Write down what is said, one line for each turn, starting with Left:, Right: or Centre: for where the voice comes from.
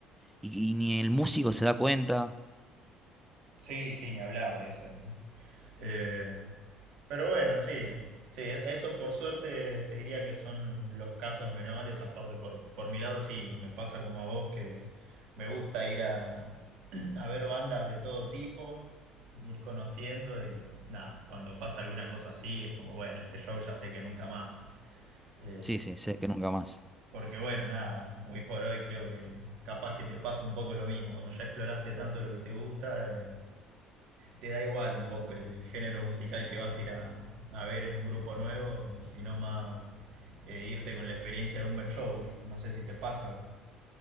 Centre: y- y ni el músico se da cuenta.
Right: Sí, sí, ni hablar de eso. Eh, pero bueno, sí, sí, eso por suerte te diría que son los casos menores. Aparte, por, por mi lado, sí, me pasa como a vos que me gusta ir a, <clears throat> a ver bandas de todo tipo, ir conociendo y nada, cuando pasa alguna cosa así es como, bueno, este show ya sé que nunca más. Eh,
Centre: Sí, sí, sé que nunca más.
Right: Porque bueno, nada, hoy por hoy creo que capaz que te pasa un poco lo mismo. Cuando ya exploraste tanto lo que te gusta, eh, te da igual un poco el género musical que vas a ir a, a ver en un grupo nuevo, sino más eh, irte con la experiencia de un buen show, ¿viste? No sé si te pasa.